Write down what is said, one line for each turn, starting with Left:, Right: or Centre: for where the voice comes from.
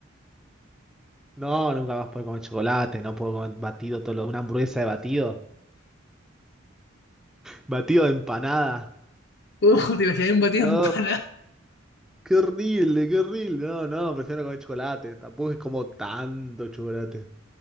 Centre: No, nunca más puedo comer chocolate, no puedo comer batido, todo lo- una hamburguesa de batido, batido de empanada.
Left: Uh, te imaginas un batido
Centre: No,
Left: en pana.
Centre: qué horrible, qué horrible. No, no, prefiero no comer chocolate, tampoco es como tanto chocolate.